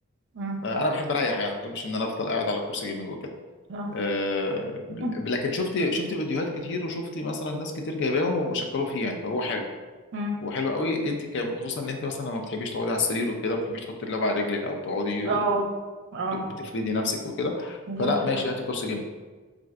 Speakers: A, on the right; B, on the left.
A: مم.
B: آه، انا بحب اريح يعني ما بحبش ان انا افضل قاعد على كرسي جيمنج وكده
A: اه
B: آه،
A: <laughs>
B: لكن شفت شفت فيديوهات كتير وشفت مثلا ناس كتير جايباهم وبشكروا فيه يعني فهو حلو
A: مم.
B: وحلو قوي انت كم خصوصا ان انت مثلا لما بتحبيش تقعدي على السرير وكده ما بتحبيش تحطي اللعبه على رجلك او تقعدي
A: اه
B: و-
A: اه
B: بتفردي نفسك وكده
A: دي
B: فلا
A: مشكله
B: ماشي هاتي كرسي جيم